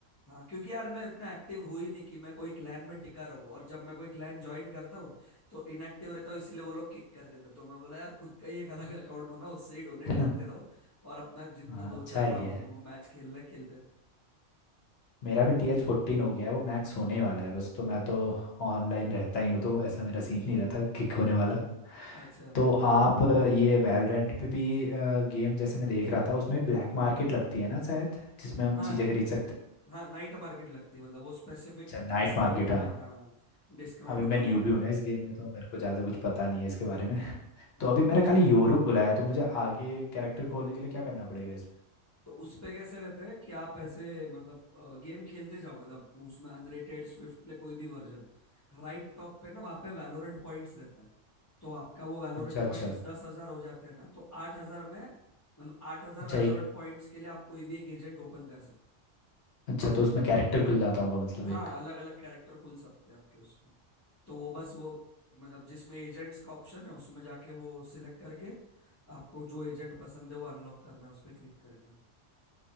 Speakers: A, on the left (about 25°); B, on the left (about 60°).
A: हाँ क्योंकि यार मैं उतना एक्टिव हुई नहीं कि मैं कोई क्लैन में टिका रहूं और जब मैं कोई क्लैन ज्वाइन करता हूँ तो इनएक्टिव रहता हूँ इसीलिए वो लोग किक कर देते तो मैं बोला यार खुद का ही एक अलग अकाउंट बनाओ उससे ही डोनेट
B: <laughs>
A: करते रहो और अपना जितना
B: हाँ अच्छा
A: दो चार
B: आइडिया
A: राउंड
B: है
A: मैच खेलना है खेलते रहो
B: मेरा भी टी एच फोर्टीन हो गया है वो मैक्स होने वाला है बस तो मैं तो ऑनलाइन रहता ही हूँ तो ऐसा मेरा सीन नहीं रहता किक होने वाला
A: अच्छा
B: तो आप अ, ये वैलोरेंट पे भी गेम जैसे मैं देख रहा था उसमें ब्लैक मार्केट लगती है ना शायद जिसमें हम
A: हाँ
B: चीज़ें खरीद सकते हैं
A: हाँ नाइट मार्केट लगती है मतलब वो स्पेसिफिक
B: अच्छा नाइट
A: डिस्काउंट
B: मार्केट हाँ
A: में हाँ डिस्काउंट
B: अभी मैं
A: में वो
B: न्यू
A: मिलता
B: भी हूँ ना इस
A: है
B: गेम में तो मेरे को ज़्यादा कुछ पता नहीं है इसके बारे में
A: हाँ
B: तो अभी मेरा खाली यूरो खुला है तो मुझे आगे कैरेक्टर खोलने के लिए क्या करना पड़ेगा इसमें
A: तो उस पे कैसे रहते हैं कि आप ऐसे मतलब गेम खेलते जाओ मतलब उसमें अनरेटेड स्विफ्ट प्ले कोई भी वर्जन राइट टॉप पे ना वहाँ पे वैलोरेंट पॉइंट्स रहता है तो आपका वो वैलोरेंट
B: अच्छा अच्छा
A: पॉइंट्स दस हजार हो जाते हैं ना तो आठ हजार में मतलब आठ हजार
B: अच्छा
A: वैलोरेंट
B: एक
A: पॉइंट्स के लिए आप कोई भी एक एजेंट ओपन कर सकते
B: अच्छा तो उसमें कैरेक्टर खुल जाता होगा मतलब
A: हैं
B: एक
A: हाँ अलग अलग कैरेक्टर खुल सकते हैं आपके उसमें तो वो बस वो मतलब जिसमें एजेंट्स का ऑप्शन है उसमें जाके वो सिलेक्ट करके आपको जो एजेंट पसंद है वो अनलॉक करना है उस पर क्लिक करके